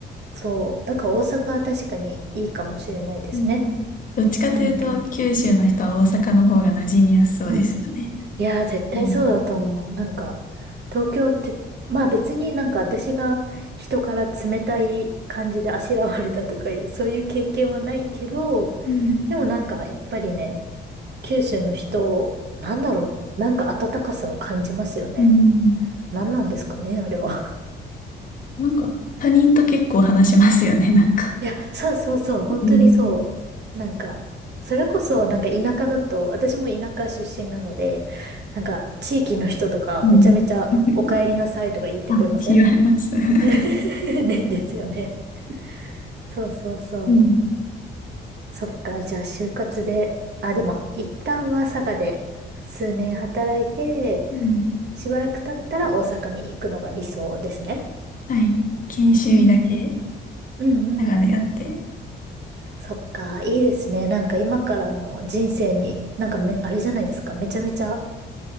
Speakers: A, on the right; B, on the left.
A: そう。だから大阪は確かにいいかもしれないですね。
B: うん。どっちかというと、
A: うんうん。
B: 九州の人は大阪の方が馴染みやすそうですよね。
A: うんうんいやー、絶対そうだと思う。
B: うん。
A: なんか、東京って、まあ別になんか私が人から冷たい感じであしらわれたとかいう、そういう経験はないけど、
B: うん。
A: でもなんかやっぱりね、九州の人、なんだろう、なんか温かさを感じますよね。
B: うん
A: 何なんですかね、あれは。
B: なんか、他人と結構話しますよね。なん
A: いや、そうそうそう、本当にそう。
B: うん。
A: なんか、それこそ、なんか田舎だと、私も田舎出身なので、なんか、地域の人とか、
B: うん。
A: めちゃめちゃ、
B: <laughs>
A: お帰りなさいとか言ってくれません
B: あ、違います。<laughs>
A: <laughs> ね、ですよね。そうそうそう。
B: うん。
A: そっか、じゃあ、就活で、あ、でも、一旦は佐賀で、数年働いて、
B: うん。
A: しばらく経ったら大阪に行くのが理想ですね。
B: はい。研修医だけ、
A: うんうんうん。うんうんうん。
B: 長でやって。
A: そっか、いいですね。なんか今からの人生に、なんかめ、あれじゃないですか。めちゃめちゃ、